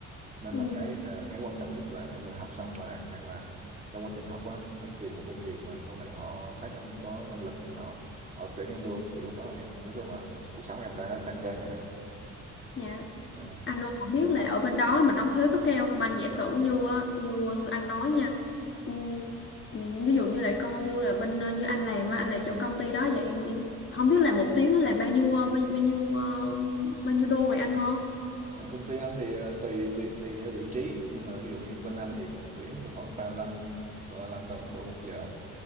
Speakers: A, on the right (about 25°); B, on the left (about 40°).
A: nên
B: Ừ.
A: là cái ờ, cái quan trọng nhất là em là học xong và hoặc là trong quá trình học á em tìm một công việc mà sau này họ thấy em có năng lực á, họ họ tuyển em luôn thì lúc đó em nói chung là cuộc sống em đã sang trang rồi đó
B: Dạ.
A: Ừ.
B: Anh Nô không biết là ở bên đó mình đóng thuế có keo không anh giả sử như á, như như anh nói nha ừ, ừ, ví dụ như là công như là bên ờ, như anh làm á, anh làm chỗ công ty đó vậy em, em không biết là một tiếng là bao nhiêu ờ, bao, bao nhiêu ờ, bao nhiêu đô vậy anh ho
A: Ở công ty anh thì ờ, tùy, tùy tùy theo vị trí nhưng mà ví dụ như bên anh thì một tiếng được khoảng ba lăm ba 35 đô, đô một giờ